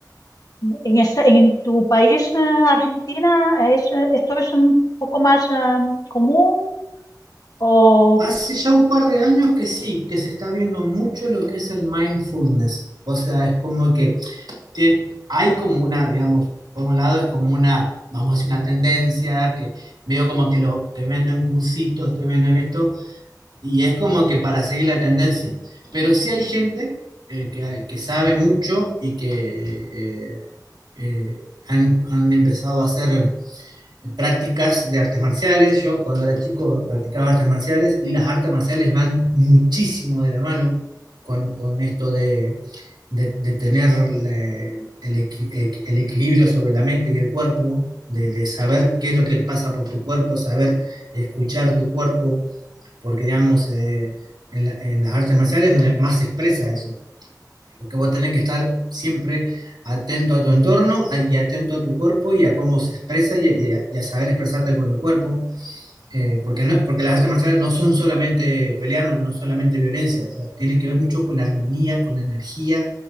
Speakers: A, on the left (about 60°); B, on the right (about 85°).
A: en ese, en tu país, eh, Argentina, es, eh, esto es un poco más eh, común o
B: Hace ya un par de años que sí, que se está viendo mucho lo que es el mindfulness. O sea, es como que tien- hay como una, digamos, por un lado es como una, vamos a decir, una tendencia que medio como que lo, te venden cursitos, te venden esto, y es como que para seguir la tendencia. Pero sí hay gente eh, que, que sabe mucho y que eh, eh, han, han empezado a hacer prácticas de artes marciales. Yo cuando era chico practicaba artes marciales y las artes marciales van muchísimo de la mano con, con esto de, de- de tener la- el, equi- el equilibrio sobre la mente y el cuerpo, de, de saber qué es lo que pasa por tu cuerpo, saber escuchar tu cuerpo, porque digamos, eh, en la- en las artes marciales es donde más se expresa eso porque vos tenés que estar siempre atento a tu entorno y atento a tu cuerpo y a cómo se expresa y a, y a- y a saber expresarte con el cuerpo. Eh, porque, no- porque las artes marciales no son solamente pelear, no, no solamente violencia, o sea, tiene que ver mucho con la armonía, con la energía